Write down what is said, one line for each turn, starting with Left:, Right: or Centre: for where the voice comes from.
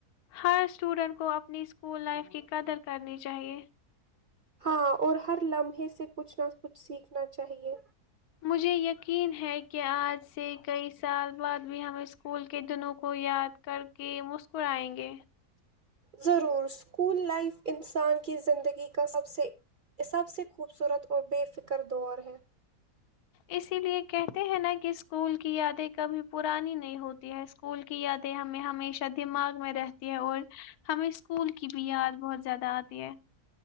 Left: ہر اسٹوڈنٹ کو اپنی اسکول لائف کی قدر کرنی چاہئے
Right: ہاں اور ہر لمحے سے کچھ نہ کچھ سیکھنا چاہیے
Left: مجھے یقین ہے کہ آج سے کئی سال بعد بھی ہم اسکول کے دنوں کو یاد کر کے مسکریں گے
Right: ضرور اسکول لائف انسان کی زندگی کا سب سے خوبصورت اور بے فکر دور ہے
Left: اسی لیے کہ ہیں ن کہ اسکول کی یادیں کبھی پرانی نہیں ہوتی ہے اسکول کی یادیں ہمیں ہمیشہ دماغ میں رہتی ہے اور ہمیں اسکول کی بھی یاد بہت زیادہ آتی ہے